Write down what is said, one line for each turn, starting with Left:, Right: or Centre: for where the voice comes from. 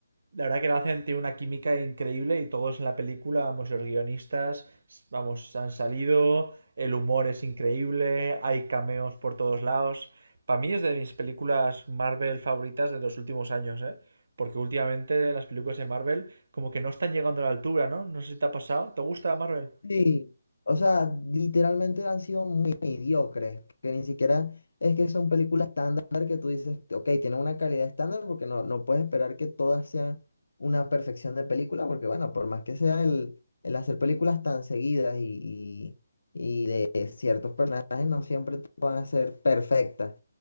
Right: La verdad que lo hacen, tiene una química increíble y todos en la película, vamos, los guionistas, vamos, han salido, el humor es increíble, hay cameos por todos lados. Para mí es de mis películas Marvel favoritas de los últimos años, ¿eh? Porque últimamente las películas de Marvel como que no están llegando a la altura, ¿no? No sé si te ha pasado. ¿Te gusta Marvel?
Left: Sí, o sea, literalmente han sido muy mediocres, que ni siquiera es que son películas estándar que tú dices, ok, tienen una calidad estándar porque no, no puedes esperar que todas sean una perfección de película, porque bueno, por más que sea el, el hacer películas tan seguidas y, y- y de ciertos personajes, no siempre te van a ser perfectas,